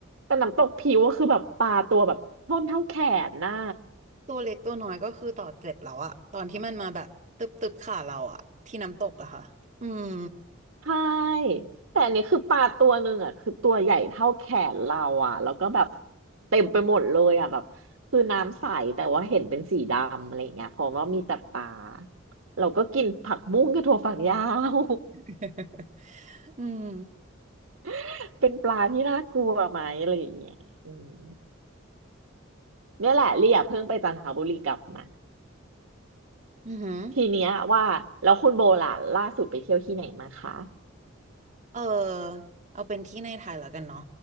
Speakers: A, on the right; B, on the right.
A: แต่น้ำตกผิวก็คือแบบปลาตัวแบบท่อนเท่าแขนน่ะ
B: ตัวเล็กตัวน้อยก็คือต่อเจ็บแล้วอะตอนที่มันมาแบบตึบตึบขาเราอะที่น้ำตกอะค่ะอืม
A: ใช่แต่อันนี้คือปลาตัวหนึ่งอ่ะคือตัวใหญ่เท่าแขนเราอ่ะแล้วก็แบบเต็มไปหมดเลยอ่ะแบบคือน้ำใสแต่ว่าเห็นเป็นสีดำอะไรเงี้ยเพราะว่ามีแต่ปลาเราก็กินผักบุ้งกับถั่วฝักยาว
B: <laughs> อืม
A: <laughs> เป็นปลาที่น่ากลัวไหมอะไรอย่างเงี้ยอืมเนี่ยแหละเรียเพิ่งไปจันทบุรีกลับมา
B: อือหือ
A: ทีเนี้ยว่าแล้วคุณโบล่ะล่าสุดไปเที่ยวที่ไหนมาคะ
B: เออเอาเป็นที่ในไทยแล้วกันเนาะ